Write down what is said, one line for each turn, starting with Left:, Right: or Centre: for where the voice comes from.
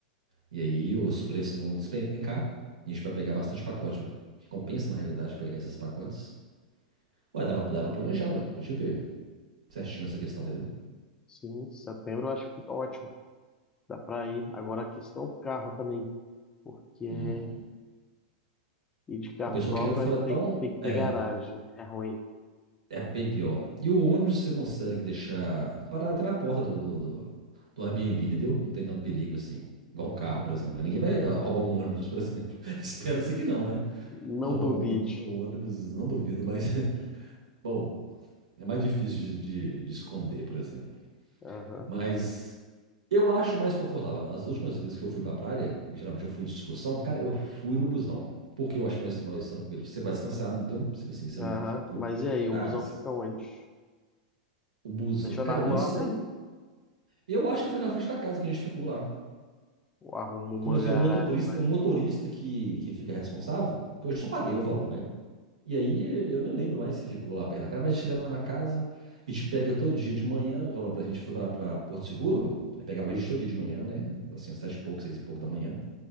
Right: E aí os preços vão despencar. a gente vai pegar bastante pacote. Que compensa, na realidade, pegar esses pacotes. Ué, dá pra, dá pra planejar, ué. A gente vê certinho essa questão, entendeu?
Left: Sim, setembro eu acho que fica ótimo. dá para ir. Agora a questão é o carro também, porque
Right: Hum.
Left: ir de carro
Right: O pessoal
Left: próprio
Right: queria fretar
Left: aí tem,
Right: um.
Left: tem que ter
Right: É,
Left: garagem, é ruim.
Right: É bem pior. E o ônibus você consegue deixar parado até na porta do, do, do, do Airbnb, entendeu? Não tem tanto perigo assim. Igual um carro, por exemplo. né? Ninguém vai ó, roubar um ônibus, por exemplo. <laughs> Espera-se que não, né?
Left: Não
Right: Roubar
Left: duvide.
Right: um ônibus, um ônibus, não duvido, mas, <laughs> bom, é mais difícil de, de, de esconder, por exemplo.
Left: Aham,
Right: Mas eu acho mais confortável. As últimas vezes que eu fui pra praia, e geralmente eu fui de excursão, cara, eu fui no busão. Porque eu acho mais, mais tranquilo. Você vai descansar, não deu? Tipo assim, você
Left: aham.
Right: não preocupa
Left: Mas
Right: com
Left: e aí,
Right: entradas.
Left: o busão fica onde?
Right: O busão,
Left: Deixou
Right: cara,
Left: na rua
Right: eu nem sei.
Left: lá mesmo?
Right: Eu acho que foi na frente da casa que a gente ficou lá.
Left: Ou arruma uma
Right: Como assim,
Left: garagem
Right: é o motorista,
Left: para
Right: é o
Left: ele
Right: motorista que, que fica responsável? Eu só paguei
Left: Uhum.
Right: o valor, né? E aí eu nem lembro mais se ficou lá perto da casa, mas a gente te leva na casa e te pega todo dia de manhã. Agora a gente foi pra, pra Porto Seguro, aí pegava a gente todo dia de manhã, né? Assim, às sete e pouco, seis e pouco da manhã,